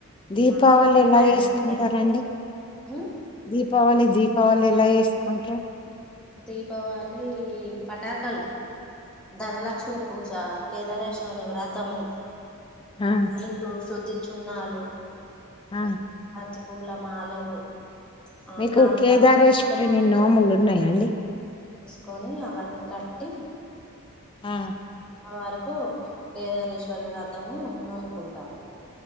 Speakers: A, on the left (about 25°); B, in the centre.
A: దీపావళి
B: మా
A: ఎలా
B: సైడ్
A: చేసుకుంటారండి
B: కట్టేస్తాం ఉమ్
A: దీపావళి దీపావళి ఎలా వేసుకుంటా ర్రు
B: దీపావళి పటాకల ధనలక్ష్మి పూజ కేదారేశ ని వ్రతము
A: ఆ
B: ఎల్లోస్ సద్ది చున్నా అలు
A: ఆ
B: బంతి పూల మాలలు ఆ
A: మీకు
B: మామిడి
A: కేదారేశ్వరిని
B: ఆకు తోరణాలతో
A: నోములు ఉన్నాయండి
B: కొని అవన్నీ కట్టి
A: ఆ
B: వరకు కేదారేశ్వరి వ్రతము నోముకుంటాము